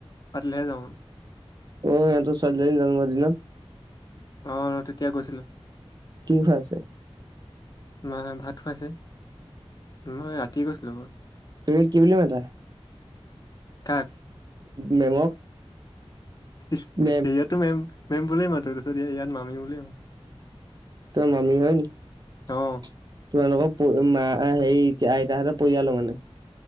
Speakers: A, on the left; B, on the right.
A: পাতিলে হে যাওঁ মানে।
B: অ সিহঁতৰ ছোৱালী জন্মৰ দিনত?
A: অঁ তেতিয়া গৈছিলো।
B: কি খোৱাই ছিলে?
A: মাছ, ভাত খুৱাইছে। মই ৰাতি গৈছিলো।
B: তুমি কি বুলি মাতা?
A: কাক
B: মেমক?
A: স্কুল
B: মেম
A: টো মেম মেম বুলিয়ে মাতো তাৰপিছত ইয়াত মামি বুলিয়ে মাতো।
B: তোমাৰ মামি হয় নেকি?
A: অ'।
B: তোমালোকৰ মা' হেৰি আইতাহঁতৰ পৰিয়ালৰ হয় মানে?